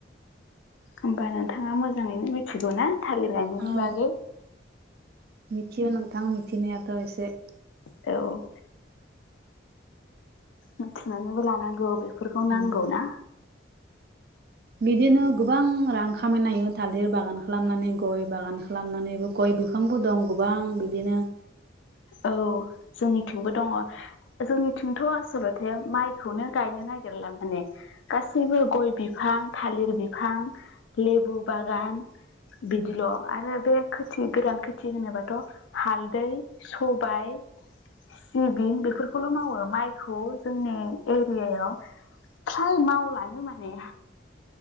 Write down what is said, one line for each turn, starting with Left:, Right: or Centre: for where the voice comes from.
Left: ओमबा नोंथाङा मोजाङैनो मिथिगौ ना थालिर गायनायनि
Right: औ
Left: बागै।
Right: मिथियो नोंथां मिथिनायाथ' एसे
Left: औ मिथिनानैबो लानांगौ बेफोरखौ
Right: उम
Left: नांगौ ना।
Right: बिदिनो गोबां रां खामायनो हायो थालिर बागान खालामनानै गय बागान खालामनानैबो। गय बिफांबो दं गोबां बिदिनो।
Left: औ जोंनिथिंबो दङ जोंनिथिंथ' आसलत ते माइखौनो गायनो नागिरला माने गासैबो गय बि बिफां थालिर बिफां लेबु बागान। बिदिल' आरो बे खोथि गोरान खोथि होनोबाथ' हालदै सबाइ सिबिं बेफो खौल' मावो माइखौ जोंनि एरियाव फ्राय मावलानो माने।